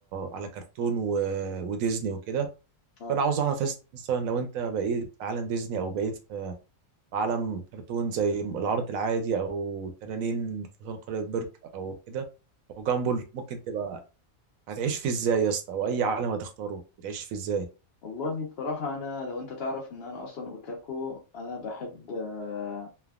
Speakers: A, on the right; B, on the left.
A: على كرتون و... وديزني وكده
B: اه
A: فانا عاوز اعرف يا اسطى مثلا لو انت بقيت في عالم ديزني او بقيت عالم كرتون زي العرض العادي او تنانين فرسان قرية برك او كده او جامبل ممكن تبقى هتعيش فيه ازاي يا اسطى او اي عالم هتختاره هتعيش فيه ازاي
B: والله بصراحة أنا لو أنت تعرف إن أنا أصلا أوتاكو أنا بحب آه،